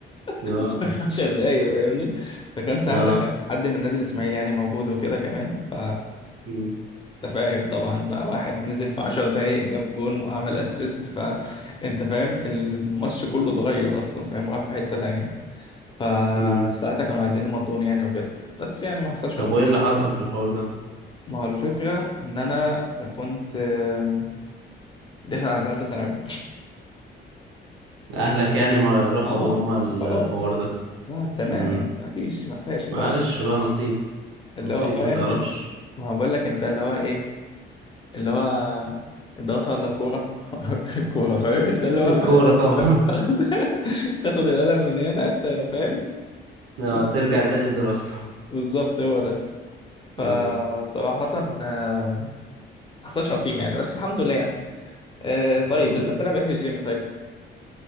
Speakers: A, on the right (about 85°); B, on the left (about 25°).
A: أه
B: <laughs> في 10 دقايق فاهمني فكان ساعتها
A: أه
B: كان حد من نادي الاسماعيلي يعني موجود وكده كمان ف
A: امم
B: انت فاهم طبعا بقى واحد نزل في عشر دقايق جاب جون وعمل اسيست فانت فاهم الماتش كله اتغير اصلا فاهم راح في حتة تانية فساعتها
A: امم
B: كانوا عايزين يمضوني يعني وكده بس يعني ما حصلش
A: طب
B: نصيب
A: وإيه اللي
B: بقى
A: حصل
B: عشان
A: في الحوار ده؟
B: ما هو الفكرة ان انا كنت آم، داخل على ثالثة ثانوي
A: اهلك يعني ما رفضوا
B: اه
A: هما الحوار
B: خلاص
A: ده
B: اه تماما
A: مم.
B: ما فيش ما فيهاش اللي
A: معلش
B: هو
A: بقى نصيب
B: اللي
A: نصيب
B: هو فاهم
A: ما تعرفش
B: انت ما هو بقول لك انت اللي هو ايه اللي هو الدراسة ولا الكورة الكورة <laughs> فاهم انت اللي هو
A: <laughs> الكورة
B: بقى
A: طبعا
B: تاخد <laughs> تاخد القلم من هنا انت فاهم
A: <laughs> آه،
B: سكت
A: ترجع
B: بكت
A: تاني
B: بقى.
A: الدراسة
B: بالظبط هو ده فصراحة
A: <laughs> آه،
B: آه، ما حصلش نصيب يعني بس الحمد لله يعني آه، طيب
A: طب
B: انت بتلعب ايه في الجيم طيب